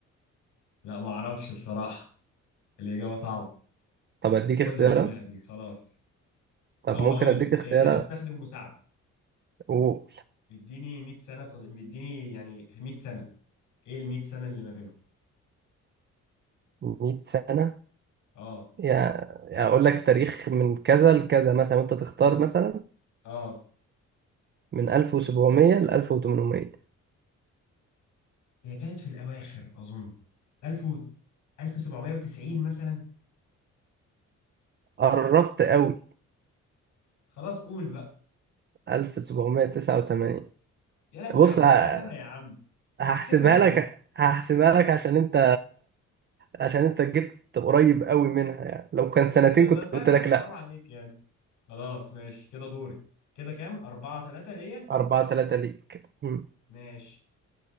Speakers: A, on the left; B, on the right.
A: لا ما أعرفش بصراحة الإجابة صعبة
B: طب أديك
A: قولها
B: اختيارات
A: قولها دي خلاص
B: طب
A: أو
B: ممكن
A: هقول
B: أديك
A: لك
B: اختيارات
A: إيه هستخدم مساعدة
B: و...
A: اديني 100 سنة في... اديني يعني 100 سنة إيه ال 100 سنة اللي ما بينهم
B: 100 سنة
A: أه
B: يعني أقول لك تاريخ من كذا لكذا مثلا وأنت تختار
A: م-
B: مثلا
A: اه
B: من 1700 ل 1800
A: هي كانت في الأواخر أظن 1000 و 1790 مثلا
B: قربت قوي
A: خلاص قول بقى
B: 1789
A: يا لهوي
B: بص
A: على
B: ه-
A: على سنة يا عم
B: هحسبها
A: احسبها دي
B: لك هحسبها لك عشان أنت عشان أنت جبت قريب قوي منها يعني لو كان
A: ده,
B: سنتين
A: ده
B: كنت
A: سنة
B: قلت لك
A: حرام
B: لأ
A: عليك يعني خلاص ماشي كده دوري كده كام أربعة تلاتة ليا
B: 4 3 ليك مم.
A: ماشي